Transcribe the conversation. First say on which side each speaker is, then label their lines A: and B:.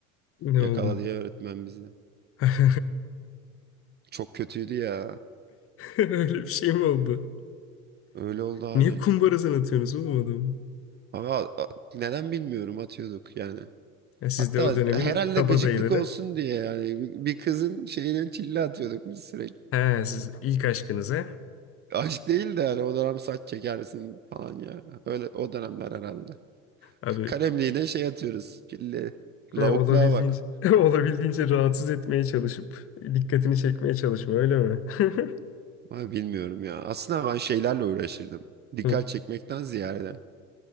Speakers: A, on the left; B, on the right.
A: Ne
B: Yakaladı
A: oldu?
B: ya öğretmen bizi.
A: <laughs>
B: Çok kötüydü ya.
A: Öyle bir şey mi oldu?
B: Öyle oldu abi.
A: Niye kumbarasını atıyorsunuz oğlum adamı?
B: Ama a- neden bilmiyorum atıyorduk yani.
A: Ya siz
B: Hatta
A: de o dönemin
B: herhalde
A: kabadayıları.
B: gıcıklık olsun diye yani bir bir kızın şeyine çille atıyorduk biz sürekli.
A: He, siz ilk aşkınıza.
B: Aşk değil de hani o dönem saç çekersin falan ya. Öyle o dönemler herhalde.
A: Abi
B: K- Kalemliğine şey atıyoruz. Çille. Lavukluğa
A: he, olabildiğince
B: bak.
A: <laughs> olabildiğince rahatsız etmeye çalışıp dikkatini çekmeye çalışma öyle mi? <laughs>
B: Ama bilmiyorum ya. Aslında ben şeylerle uğraşırdım. Dikkat
A: Hı,
B: çekmekten ziyade.